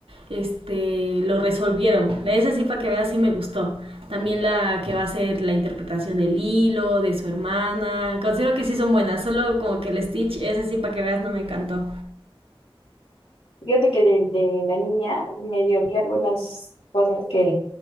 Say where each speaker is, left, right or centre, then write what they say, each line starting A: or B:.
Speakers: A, on the right; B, on the left.
A: este, lo resolvieron. Esa sí, para que veas, sí me gustó. También la que va a ser la interpretación del hilo, de su hermana. Considero que sí son buenas, solo como que el Stitch, ese sí, para que veas, no me encantó.
B: Fíjate que de, de la niña medio vi algunas cosas que,